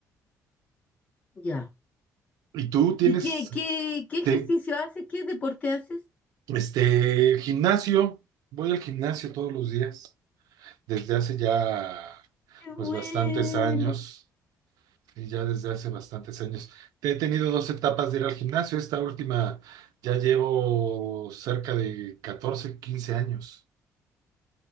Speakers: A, on the left (about 25°); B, on the right (about 80°).
A: ya.
B: ¿Y tú tienes
A: ¿Y qué, qué, qué
B: te-
A: ejercicio haces? ¿Qué deporte haces?
B: este gimnasio? Voy al gimnasio todos los días, desde hace ya
A: Qué
B: pues
A: bueno,
B: bastantes años. Y ya desde hace bastantes años. Te- He tenido dos etapas de ir al gimnasio. Esta última ya llevo cerca de 14 15 años.